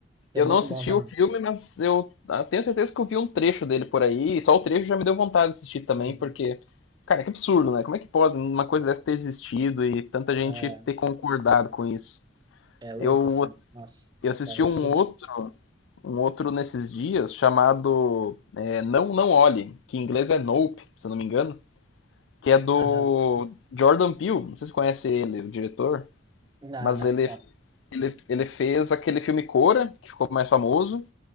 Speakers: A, on the right; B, on the left.
A: que
B: eu
A: é muito
B: não assisti
A: bom também.
B: o filme, mas eu ah, tenho certeza que eu vi um trecho dele por aí, e só o trecho já me deu vontade de assistir também,
A: Uhum.
B: porque, cara, que absurdo, né? Como é que pode uma coisa dessa ter existido e tanta gente
A: É,
B: ter concordado com isso?
A: é louco,
B: Eu,
A: assim, nossa,
B: eu assisti
A: vai refletir.
B: um outro um outro nesses dias chamado é, Não Não Olhe, que em inglês é Nope, se eu não me engano, que é do
A: Aham.
B: Jordan Peele, não sei se você conhece ele, o diretor,
A: Não,
B: mas
A: não,
B: ele,
A: não.
B: ele, ele fez aquele filme Cora, que ficou mais famoso,